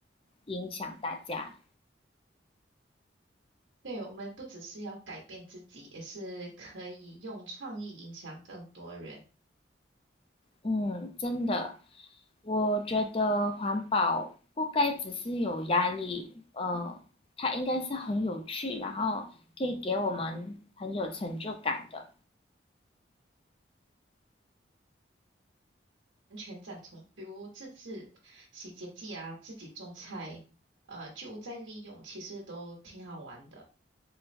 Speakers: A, on the left (about 30°); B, on the right (about 90°).
A: 影响大家。
B: 对，我们不只是要改变自己，也是可以用创意影响更多人。
A: 嗯，真的，我觉得环保不该只是有压力，呃，它应该是很有趣，然后可以给我们很有成就感的。
B: 完全赞同，比如自制洗洁剂啊，自己种菜，呃，就再利用，其实都挺好玩的。